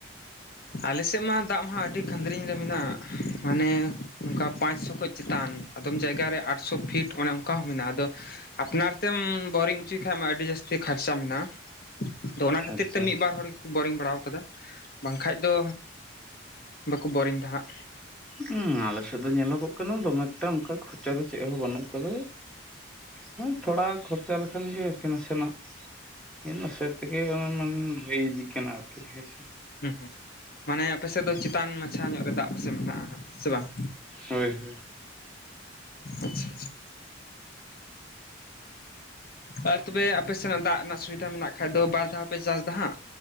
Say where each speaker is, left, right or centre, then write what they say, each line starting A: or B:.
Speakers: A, on the left (about 50°); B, in the centre.
A: ᱟᱞᱮ ᱥᱮᱫ ᱢᱟ ᱫᱟᱜ ᱢᱟ ᱟᱹᱰᱤ ᱠᱷᱟᱫᱽᱨᱤᱧ ᱨᱮ ᱢᱮᱱᱟᱜ-ᱟ ᱢᱟᱱᱮ ᱚᱱᱠᱟ ᱯᱟᱸᱪᱥᱚ ᱠᱷᱚᱱ ᱪᱮᱛᱟᱱ ᱟᱫᱚᱢ ᱡᱟᱭᱜᱟᱨᱮ ᱟᱴᱥᱚ ᱯᱷᱤᱴ ᱚᱱᱮ ᱚᱱᱠᱟ ᱦᱚᱸ ᱢᱮᱱᱟᱜ-ᱟ ᱟᱫᱚ ᱟᱯᱱᱟᱨ ᱛᱮᱢ ᱵᱳᱨᱤᱝ ᱦᱚᱪᱚᱭ ᱠᱷᱟᱱᱡ ᱢᱟ ᱟᱹᱰᱤ ᱡᱟᱹᱥᱛᱤ ᱠᱷᱚᱨᱪᱟ ᱢᱮᱱᱟᱜ-ᱟ ᱛᱚ ᱚᱱᱟ ᱠᱷᱟᱹᱛᱤᱨ
B: ᱟᱪᱪᱷᱟ
A: ᱛᱮ ᱢᱤᱫᱵᱟᱨ ᱵᱟᱨ ᱦᱚᱲ ᱜᱮᱠᱚ ᱵᱳᱨᱤᱝ ᱵᱟᱲᱟ ᱠᱟᱫᱟ ᱵᱟᱝᱠᱷᱟᱡ ᱫᱚ ᱵᱟᱠᱚ ᱵᱳᱚᱨᱤᱝ ᱫᱟ ᱦᱟᱸᱜ
B: ᱦᱮᱸ ᱟᱞᱮᱥᱮᱫ ᱫᱚ ᱧᱮᱞᱚᱜᱚᱜ ᱠᱟᱱᱟ ᱫᱚᱢᱮᱠᱴᱟ ᱚᱱᱠᱟ ᱠᱷᱚᱨᱪᱟ ᱪᱮᱫ ᱦᱚᱸ ᱵᱟᱹᱱᱩᱜ ᱠᱟᱫᱟ ᱦᱮ ᱛᱷᱚᱲᱟ ᱠᱷᱚᱨᱪᱟ ᱞᱮᱠᱷᱟᱱ ᱜᱮ ᱟᱨᱠᱤ ᱱᱟᱥᱮᱱᱟᱜ ᱱᱟᱥᱮ ᱛᱮᱜᱮ ᱦᱩᱭ ᱤᱫᱤᱜ ᱠᱟᱱᱟ ᱟᱨᱠᱤ ᱦᱮᱭᱥᱮ
A: ᱦᱩᱸ ᱦᱩᱸ ᱢᱟᱱᱮ ᱟᱯᱮ ᱥᱮᱫ ᱫᱚ ᱪᱮᱛᱟᱱ ᱢᱟᱪᱷᱟ ᱧᱚᱜ ᱨᱮ ᱫᱟᱜ ᱯᱟᱥᱮ ᱢᱮᱱᱟᱜ-ᱟ ᱥᱮ ᱵᱟᱝ
B: ᱦᱳᱭ ᱦᱳᱭ
A: ᱟᱪᱪᱷᱟ ᱟᱪᱪᱷᱟ ᱟᱨ ᱛᱚᱵᱮ ᱟᱯᱮ ᱥᱮᱱᱟᱜ ᱫᱟᱜ ᱨᱮᱱᱟᱜ ᱥᱩᱵᱤᱫᱷᱟ ᱢᱮᱱᱟᱜ ᱠᱷᱟᱱ ᱫᱚ ᱵᱟᱨ ᱫᱷᱟᱣ ᱯᱮ ᱪᱟᱥ ᱫᱟ ᱦᱟᱸᱜ